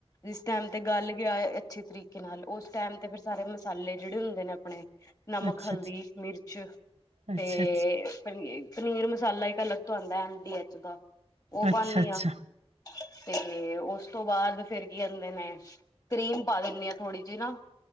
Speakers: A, on the left; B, on the right.
A: ਜਿਸ ਟਾਈਮ ਤੇ ਗੱਲ ਗਿਆ ਅੱਛੀ ਤਰੀਕੇ ਨਾਲ, ਉਸ ਟਾਈਮ ਤੇ ਫੇਰ ਸਾਰੇ ਮਸਾਲੇ ਜਿਹੜੇ ਹੁੰਦੇ ਨੇ ਆਪਣੇ ਨਮਕ,
B: ਅੱਛਾ
A: ਹਲਦੀ,
B: ਅੱਛਾ ਅੱਛਾ ਅੱਛਾ
A: ਮਿਰਚ
B: ਅੱਛਾ
A: ਤੇ ਪਨੀਰ ਪਨੀਰ ਮਸਾਲਾ ਇੱਕ ਅਲੱਗ ਤੋਂ ਆਦਾ ਹੈ। ਡੀ ਐਚ ਦਾ ਉਹ
B: ਅੱਛਾ,
A: ਪਾਉਂਦੀ
B: ਅੱਛਾ।
A: ਆ ਤੇ ਉਸ ਤੋਂ ਬਾਅਦ ਫੇਰ ਕੀ ਕਹਿੰਦੇ ਨੇ ਕਰੀਮ ਪਾ ਦਿੰਦੀ ਹਾਂ ਥੋੜ੍ਹੀ ਜੀ ਨਾ।